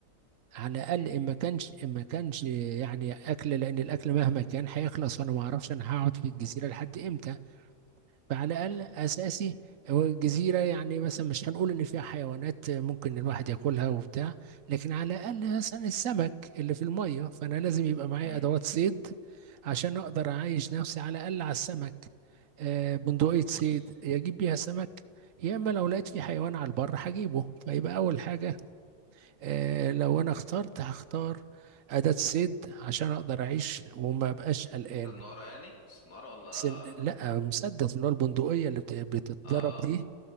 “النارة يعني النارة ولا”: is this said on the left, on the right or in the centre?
Left